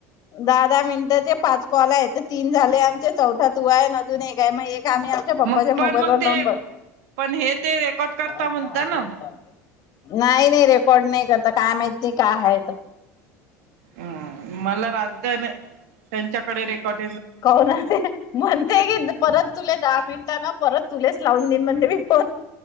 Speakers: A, on the left; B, on the right.
A: दहा दहा मिनिटचे पाच कॉल आहे तीन झाले आमचे चौथा तू आहे अजून एक आहे मग आम्ही आमच्या पप्पांच्या
B: मग
A: मोबाईल
B: पण मग
A: व लावून
B: ते
A: ब
B: पण हे ते रेकॉर्ड करता
A: थांब
B: म्हणता
A: तुह्या मावशी
B: ना
A: ला सांगतो. नाही नाही रेकॉर्ड नाही करत काय माहिती काय आहे त
B: हम्म मला राजत त्यांच्याकडे रेकॉर्ड
A: कोन आहे म्हणते की परत तुले दहा मिनट त्याना परत तुलेच लावून दिन म्हण मी फोन